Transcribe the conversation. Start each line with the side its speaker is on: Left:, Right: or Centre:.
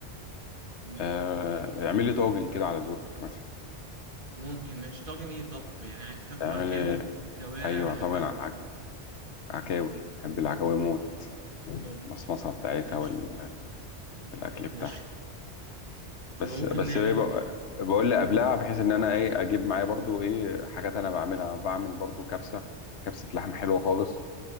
Right: مم،
Left: آه، اعمل لي طاجن كده على ذوقك مثلا
Right: ممكن ماشي طاجن ايه طب يعني عاي- تاكل
Left: اعمل
Right: عكاوي
Left: لي
Right: كوارع
Left: ايوه
Right: لحمه
Left: طبعا عك- عكاوي بحب العكاوي موت
Right: عادي.
Left: المصمصه
Right: حلو
Left: بتاعتها
Right: ماشي
Left: وال... والاكل
Right: ماشي
Left: بتاعها بس
Right: يبقى ممكن
Left: بس
Right: نعمل
Left: ايه بق-
Right: ايه
Left: بقول لي
Right: قول
Left: قبلها بحيث ان انا ايه اجيب معايا برضو ايه حاجات انا بعملها بعمل برضو كبسه كبسه لحم حلوه خالص